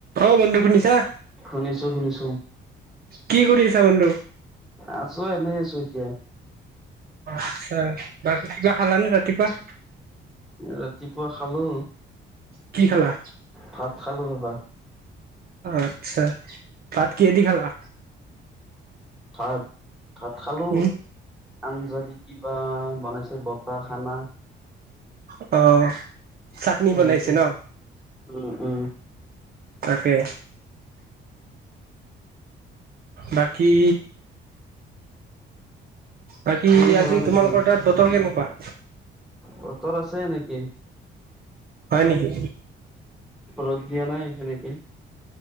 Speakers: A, on the right (about 50°); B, in the centre.
A: অঁ বন্ধু শুনিছা!
B: শুনিছো, শুনিছো
A: কি কৰি আছা বন্ধু?
B: আছো এনে আছো এতিয়া
A: আচ্ছা, বাকী কিবা খালানে ৰাতিপুৱা?
B: ৰাতিপুৱা খালো।
A: কি খালা?
B: ভাত খালো ৰবা।
A: আচ্ছা ভাত কিহে দি খালা?
B: ভাত, ভাত খালো
A: উম
B: আঞ্জাত কিবা বনাইছে বতাহ খানা।
A: অ চাটনি
B: তেনেকে
A: বনাইছে ন
B: উম, উম
A: তাকে বাকী বাকী
B: তুমি খালা
A: আজি
B: নেকি
A: তোমালোকৰ তাত বতৰ কেনেকুৱা?
B: বতৰ আছে এনেকে
A: হয় নেকি?
B: ৰ'দ দিয়া নাই সেনেকে?